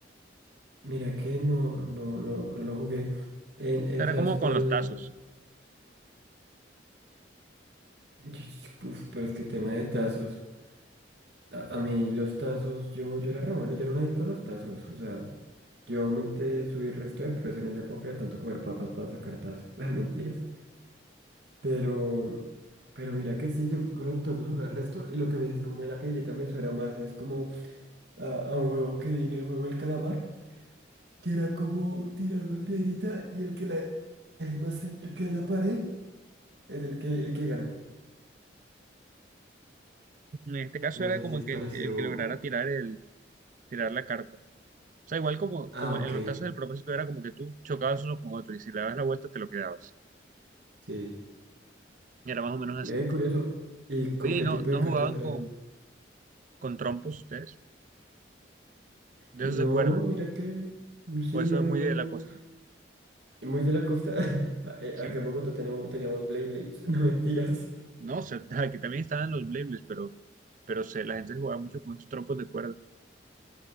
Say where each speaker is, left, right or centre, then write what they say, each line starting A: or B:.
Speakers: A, on the right (about 60°); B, on the right (about 40°).
A: Mira que no, no, no, no no lo jugué. En, en-
B: sea, era
A: ¿sabes
B: como
A: cuál?
B: con los tazos.
A: <laughs> Uf, pero es que tema de tazos. A, a mí los tazos, yo, yo era re bueno, yo era un adicto a los tazos, o sea, yo aumenté, subí resto de peso en esa época de tanto comer papas para sacar tazos, <laughs> las mentiras. Pero, pero mira que sí, yo con los tazos jugaba el resto, y lo que me dices como de la piedrita me suena más, es como a, a un juego que vi en el juego del calamar, que era como tirar una piedrita y el que la deje más cerca de la pared es el que, el que gana.
B: En este caso
A: No
B: era
A: sé
B: como
A: si es
B: que
A: parecido.
B: el, que el que lograra tirar, el, tirar la carta. O sea, igual como,
A: Ah,
B: como
A: ok,
B: en los tazos el propósito era como que tú chocabas uno con otro y si le dabas la vuelta te lo quedabas.
A: sí.
B: Y era más o menos así.
A: Ve, curioso. ¿Y con
B: Oye,
A: qué
B: ¿y no,
A: tipo
B: no
A: de cartas
B: jugaban
A: eran?
B: con, con trompos ustedes? De
A: No,
B: eso se acuerdan.
A: mira que. mm, Sí,
B: O eso
A: no,
B: es
A: no,
B: muy
A: no,
B: de
A: no.
B: la costa.
A: Muy de la costa. <laughs> A- eh,
B: ¿Sí?
A: Acá en Bogotá tenemos, teníamos Blade Blades. <laughs> No mentiras.
B: No, sé, <laughs> aquí también estaban los Beyblades, pero, pero se, la gente jugaba mucho con estos trompos de cuerda.